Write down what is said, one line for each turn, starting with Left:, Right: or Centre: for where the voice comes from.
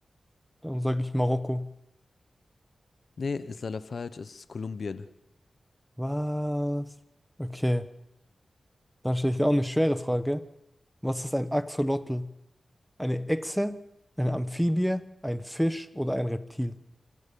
Centre: Dann sage ich Marokko.
Left: Nee, ist leider falsch. Es ist Kolumbien.
Centre: Was? Okay, dann stelle ich dir auch eine schwere Frage. Was ist ein Axolotl? Eine Echse, eine Amphibie, ein Fisch oder ein Reptil?